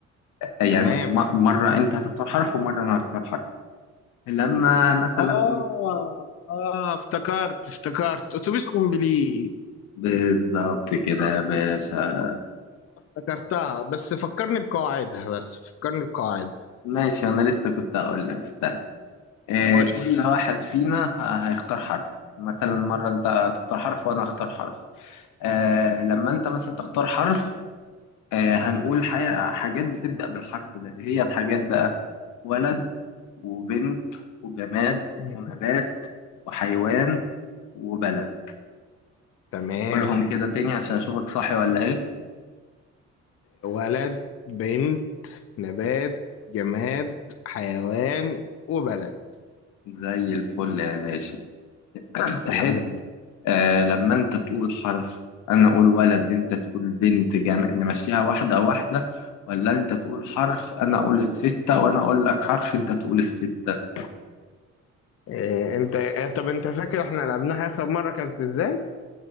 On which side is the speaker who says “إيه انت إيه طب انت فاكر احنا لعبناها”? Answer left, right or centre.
Left